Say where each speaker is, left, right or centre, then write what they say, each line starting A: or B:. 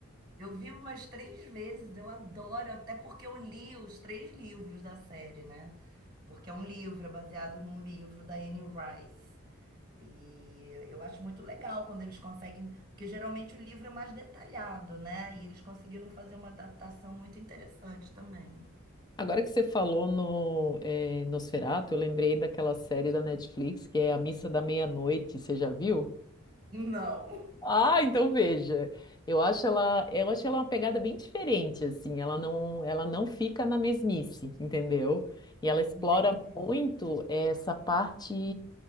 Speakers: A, on the right; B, on the left.
A: Eu vi umas três vezes, eu adoro, até porque eu li os três livros da série, né? Porque é um livro, é baseado num livro da Anne Rice. E eu acho muito legal quando eles conseguem, porque geralmente o livro é mais detalhado, né? E eles conseguiram fazer uma adaptação muito interessante também.
B: Agora que você falou no eh, Nosferatu, eu lembrei daquela série da Netflix que é A Missa da Meia-Noite, você já viu?
A: Não.
B: Ah, então veja. Eu acho ela, eu acho ela uma pegada bem diferente, assim. Ela não, ela não fica na mesmice, entendeu? E ela explora
A: Entendi.
B: muito essa parte.